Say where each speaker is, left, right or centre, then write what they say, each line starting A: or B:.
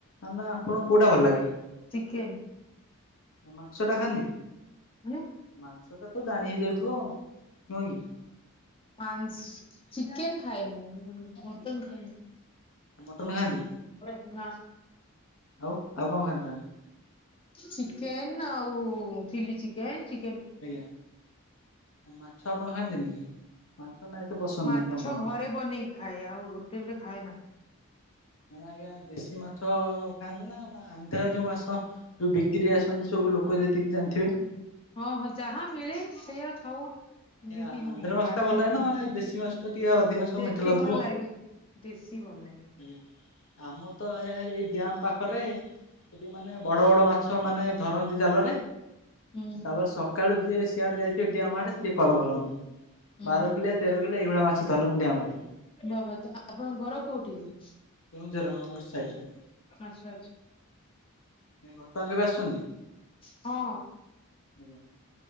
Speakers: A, on the left; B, on the left.
A: ମାନେ ଆପଣଙ୍କୁ କୋଉଟା ଭଲ ଲାଗେ?
B: ଚିକେନ୍।
A: ମାଂସ ଟା ଖାଆନ୍ତି
B: ମାନେ
A: ମାଂସ ଟା ତ ଜାଣି ହେଇଯାଉଥିବ ନୁହେଁ କି?
B: ମାଂସ ଚିକେନ ଖାଇନି ମଟନ ଖାଏ।
A: ମଟନ ଖାଆନ୍ତି?
B: ନା।
A: ଆଉ ଆଉ କ'ଣ ଖାଆନ୍ତି ତାହେଲେ?
B: ଚିକେନ ଆଉ ଚିଲିଚିକେନ, ଚି
A: ଆଜ୍ଞା, ମାଛ ଆପଣ ଖାଆନ୍ତିନି କି? ମାଛ ନା ଏତେ ପସନ୍ଦ
B: ମାଛ
A: ନାହିଁ ଆପଣଙ୍କର?
B: ଘରେ ବନେଇକି ଖାଏ ଆଉ ହୋଟେଲରେ ଖାଏନା।
A: ଆଜ୍ଞା, ଆଜ୍ଞା, ଦେଶୀ ମାଛ ଖାଆନ୍ତିନା ନା ଆନ୍ଧ୍ରା ଯୋଉ ମାଛ ଯୋଉ ବିକ୍ରି ଆସନ୍ତି ସବୁଲୋକ ଯେତିକି ଜାଣିଥିବେ।
B: ହଁ, ହଁ, ଯାହା ମିଳେ ସେଇୟା ଖାଉ।
A: ଆଜ୍ଞା
B: ଏମିତି ନୁହେଁ
A: ଆନ୍ଧ୍ର ମାଛ
B: ବାରଣ
A: ଟା ଭଲ ଲାଗେ
B: ନାହିଁ
A: ନା ମାନେ ଦେଶୀ ମାଛ ଟା ଟିକେ ଅଧିକାଂଶ
B: ବେଶୀ
A: ମିଠା ଲାଗୁଥିବ
B: ଭଲ ଲାଗେ ଦେଶୀ କି ଭଲ ଲାଗେ।
A: ଆଜ୍ଞା। ଆମ ତ ଆଜ୍ଞା ଏଇ ଡ୍ୟାମ ପାଖରେ ସେଠି ମାନେ ବଡ ବଡ ମାଛ ମାନେ ଧର ଜାଲରେ
B: ହୁଁ
A: ତାପରେ ସକାଳୁ ଯିଏ ସିଆଡେ ଯାଇଥିବେ ଡିଆାମ ଆଡେ ସିଏ କଲ କରନ୍ତି।
B: ହୁଁ
A: ବାର
B: ହୁଁ
A: କିଲେ ତେର କିଲେ ଏଇଭଳିଆ ମାଛ ଧରନ୍ତି ଡ୍ୟାମରେ।
B: ବାବା ତ ଆପଣଙ୍କ ଘର କୋଉଠିକି?
A: ନିଜର ସାଇଡରେ।
B: ଆଚ୍ଛା, ଆଚ୍ଛା।
A: ଏ ଘଟଙ୍ଗା କେବେ ଆସିୁଛନ୍ତି?
B: ହଁ।
A: ଆଜ୍ଞା,